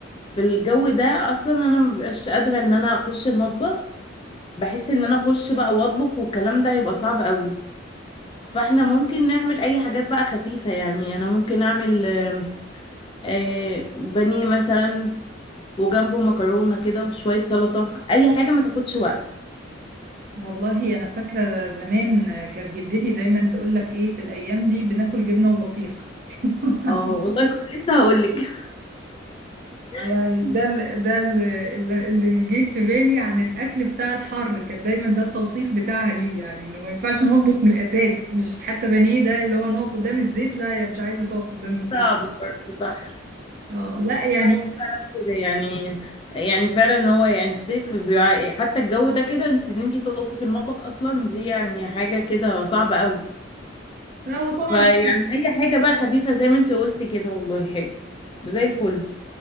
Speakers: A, on the left; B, on the right.
A: في الجو ده اصلا انا مبقاش قادره ان انا اخش المطبخ بحس ان انا اخش بقى واطبخ والكلام ده يبقى صعب قوي فاحنا ممكن نعمل اي حاجات بقى خفيفه يعني انا ممكن اعمل آم، آه، بانيه مثلا وجنبه مكرونه كده وشويه سلطه اي حاجه ما تاخدش وقت
B: والله انا فاكره زمان آه، كانت جدتي دايما تقول لك ايه في الايام دي بناكل جبنه وبطيخ <laughs>
A: اه والله كنت لسه هقول لك
B: آه يعني
A: <laughs>
B: ده ال ده ال اللي اللي جه في بالي عن الاكل بتاع الحر كان دايما ده التوصيف بتاعها ليه يعني انه ما ينفعش نطبخ من الاساس مش حتى بانيه ده اللي هو نقف قدام الزيت لا يا مش عايزه تقف قدام الزيت
A: صعب برضه صح
B: اه لا يعني
A: هو فعلا كده يعني يعني فعلا ان هو يعني الصيف بيع... حتى الجو ده كده انت ان انت تقفي في المطبخ اصلا دي يعني حاجه كده صعبه قوي
B: لا هو طبعا
A: فيعني اي حاجه بقى خفيفه زي ما انت قلتي كده والله حلو زي الفل